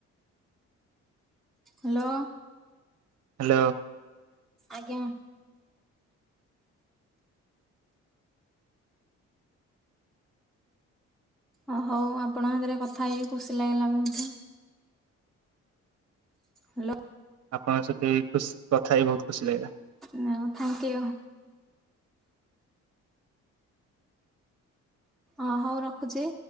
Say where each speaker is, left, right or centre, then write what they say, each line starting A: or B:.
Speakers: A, in the centre; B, on the right.
A: ହାଲୋ।
B: ହାଲୋ।
A: ଆଜ୍ଞା। ଓ ହଉ ଆପଣ ହତିରେ କଥା ହେଇକି ଖୁସି ଲାଗିଲା ବହୁତ। ହାଲୋ।
B: ଆପଣଙ୍କ ସହିତ ବି ଖୁସି କଥା ହେଇ ବହୁତ ଖୁସି ଲାଗିଲା।
A: ଉଁ ଆଉ ଥ୍ୟାଙ୍କ ୟୁ। ଅ ହଉ ରଖୁଚି।